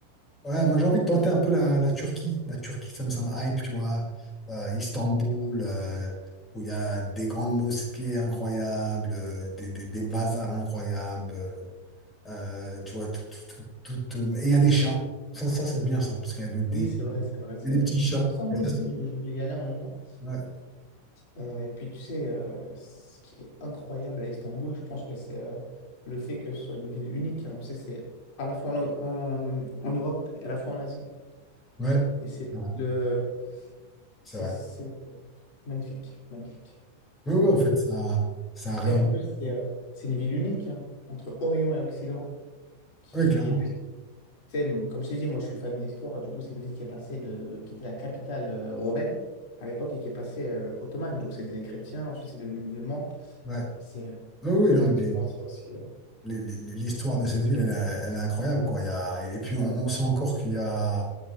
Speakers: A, on the left; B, on the left.
A: Ouais, moi j'ai envie de tenter un peu la, la Turquie. La Turquie, ça me, ça me hype, tu vois. Euh, Istanbul, euh, où il y a des grandes mosquées incroyables, euh, des, des, des bazars incroyables, euh, tu vois, tout, tout, tout, tout, euh, Et il y a des chats. Ça, ça c'est bien ça, parce qu'il y a des, des,
B: Oui, c'est vrai, c'est vrai, c'est
A: il y
B: la
A: a des
B: ville
A: petits
B: des
A: chats.
B: chats. Istanbul
A: Et ça,
B: aussi,
A: c'est-
B: je, je voulais y aller un moment.
A: ouais,
B: Euh, et puis, tu sais, euh, ce qui est incroyable à Istanbul, je pense que c'est euh, le fait que ce soit une ville unique. hein. Tu sais, c'est à la fois en, en, en Europe et à la fois en Asie.
A: ouais,
B: Et c'est
A: c'est vrai.
B: le,
A: c'est
B: c'est
A: vrai.
B: c'est magnifique, magnifique.
A: Oui, oui, en fait, ça, ça
B: C'est
A: réunit.
B: en plus, c'est euh, c'est une ville unique hein, entre Orient et Occident. Qui,
A: Oui, clairement.
B: et puis, tu sais, m- comme je t'ai dit, moi je suis fan d'histoire. Du coup, c'est une ville qui est passée de, qui était la capitale euh, romaine à l'époque et qui est passée euh, ottomane. Donc, c'était des chrétiens, ensuite c'est devenu musulman.
A: Ouais.
B: C'est euh,
A: Oui, oui,
B: ouais,
A: non,
B: que
A: mais
B: d'y penser aussi. euh.
A: les- les- les- l'histoire de cette ville, elle, est elle est incroyable, quoi. Il y a... Et puis, on, on sent encore qu'il y a